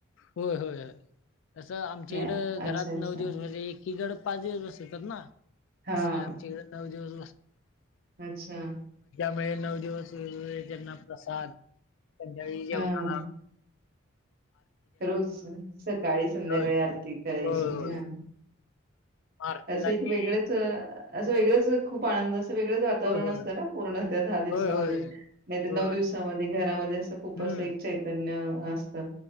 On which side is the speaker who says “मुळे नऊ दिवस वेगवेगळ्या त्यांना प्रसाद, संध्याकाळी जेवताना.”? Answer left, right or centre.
Left